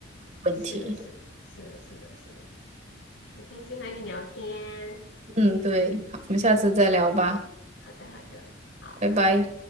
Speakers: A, on the right; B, on the left.
A: 问题。
B: 是的，是的，是的，是的，是的，很开心和你聊天。
A: 嗯，对，好，我们下次再聊吧，
B: 好的，好的，好，
A: 拜拜。
B: 拜拜。